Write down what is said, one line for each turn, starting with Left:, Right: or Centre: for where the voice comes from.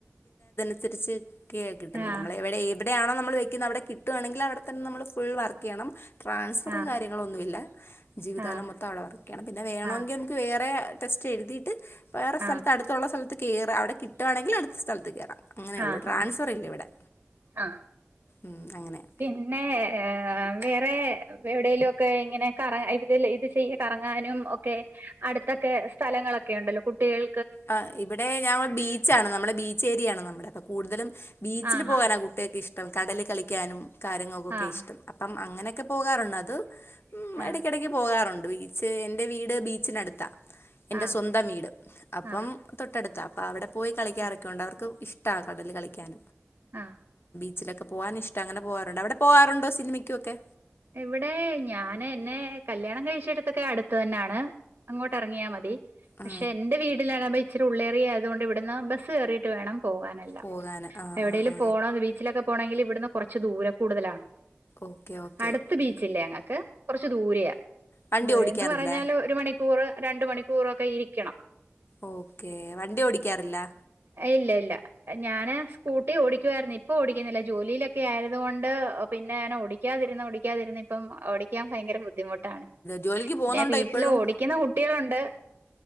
Left: നുസരിച്ചക്കാ കിട്ടുന്ന
Right: ആ
Left: നമ്മളെവിടെ ഏതു എവിടെ ആണോ നമ്മൾ വെക്കുന്നത് അവിടെ കട്ടുകയാണെങ്കിൽ അവിടെ തന്നെ നമ്മള് ഫുൾ വർക്കെയ്യണം ട്രാൻസ്ഫറും
Right: ആ
Left: കാര്യങ്ങളൊന്നുല്ല ജീവിതകാലം
Right: ആ
Left: മൊത്തം അവിടെ വർക്ക് ചെയ്യണം പിന്നെ വേണമെങ്കിൽ
Right: ആ
Left: നമുക്ക് വേറെ ടെസ്റ്റ് എഴുതിയിട്ട് വേറെ സ്ഥലത്ത്
Right: ആ
Left: അടുത്തുള്ള സ്ഥലത്ത് കയറ് അവിടെ കിട്ടുവാണെങ്കിൽ അടുത്ത സ്ഥലത്ത് കയറാം അങ്ങനെയുള്ളൂ
Right: ആഹ് ഹ
Left: ട്രാൻസ്ഫർ ഇല്ല ഇവിടെ
Right: ആ
Left: ഉം അങ്ങനെ
Right: പിന്നെ വേറെ എവിടെേലും ഒക്കെ ഇങ്ങനെ കറ ഇ ഇത് ചെയ്യ കറങ്ങാനും ഒക്കെ അടുത്തൊക്കെ സ്ഥലങ്ങളൊക്കെ ഉണ്ടല്ലോ കുട്ടികൾ
Left: ആ ഇവിടെ ഞാങ്ങ ബീച്ചാണ് നമ്മുടെ ബീച്ച് ഏരിയാണ് നമ്മുടെ അപ്പൊ കൂടുതലും ബീച്ചിൽ
Right: ആഹാ
Left: പോകൻ ആ കുട്ടികക്കെ ഇഷ്ടം കടല് കളിക്കാനും കാര്യങ്ങൾക്കൊക്കെ
Right: ആഹ്
Left: ഇഷ്ടം അപ്പം അങ്ങനെയൊക്കെ പോകാറുണ്ട് അത്
Right: ആഹ്
Left: ഇടയ്ക്കിടക്ക് പോകാറുണ്ട് ബീച്ച് എന്റെ വീട് ബീച്ചിനടുത്താ എന്റെ
Right: ആഹ്
Left: സ്വന്തം വീട് അപ്പം
Right: ആഹ്
Left: തോ എടുത്താണ് അപ്പോൾ അവിടെ പോയി കളിക്കാറൊക്കെണ്ട്
Right: ആഹ്
Left: അവർക്ക് ഇഷ്ടാ കടലി കളിക്കാൻ
Right: ആഹ
Left: അച്ചിലൊെ പോാനൻ ഇഷ്ട അങ്ങെ പോാറുണ്ട്വിടെ പോാറണ്ടോ സിനിമക്കൊക്കെ
Right: ഇവിടെ ഞാൻെ എന്നെ കല്യാണം കഴിച്ചെടുത്തൊക്കെ അടുത്തന്നെയാണ് അങ്ങോട്ടേറങ്ങിയാ മതി
Left: ആ
Right: പക്ഷേ എന്റെ വീട് ലബീച്ച് ഉള്ളേരിയ ആയതോണ്ട് ഇവിടുന്ന് ബസ്സ്‌ കേറീട്ട് വേണം പോവാനെല്ലാം
Left: പോകാൻ ആ
Right: എവിടേലും
Left: ആ ആ
Right: പോണ ബീച്ചിലൊക്കെ പൊണെങ്കില് ഇവിടെന്ന് കൊറച് ദൂര കൂടുതലാണ്
Left: ഓക്കെ ഓക്കെ
Right: അടുത്ത് ബീച്ചില്ല ഞങ്ങക്ക് കൊറച്ച് ദൂരയാ
Left: വണ്ടി
Right: ദൂരെണ്ട്‌
Left: ഓടിക്കാറില്ലേ
Right: പറഞ്ഞാൽ ഒരു മണിക്കൂർ രണ്ട് മണിക്കൂറൊക്കെ ഇരിക്കണം
Left: ഓകെ വണ്ടി ഓടിക്കാറില്ലാ
Right: എ ഇല്ല ഇല്ല ഞാന് സ്കൂട്ടി ഓടിക്കുവാർന്നെ ഇപ്പൊ ഓടിക്കുന്നില്ല ജോലിയിലൊക്കെ ആയത് കൊണ്ട് പി പിന്നെ ഞാൻ ഓടിക്കാതെ ഓടിക്കാതിരുന്നിപ്പം ഓടിക്കാൻ ഭയങ്കര ബു ദ്ദി മുട്ടാണ്
Left: ജോലിക്ക് പോകുന്നുണ്ടോ
Right: പിന്നെ വീട്ടില്
Left: ഇപ്പോഴും
Right: ഓടിക്കുന്ന കുട്ടികളുണ്ട് <inaudible>